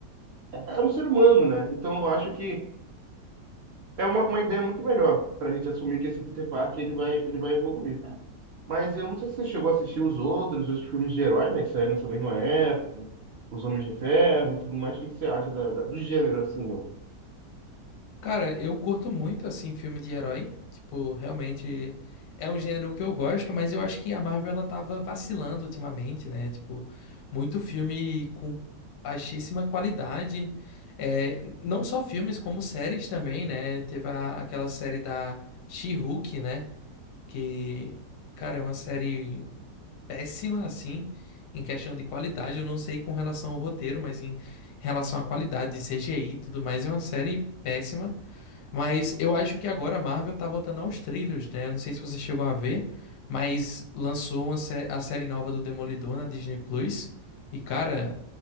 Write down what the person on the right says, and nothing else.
é um ser humano, né? Então, eu acho que é uma, uma ideia muito melhor para a gente assumir que esse Peter Parker ele vai, ele vai evoluir. Mas eu não sei se você chegou a assistir os outros, os filmes de herói, né, que saíram nessa mesma época, Os Homens de Ferro e tudo mais. O que que você acha da, da- do gênero, assim, ó?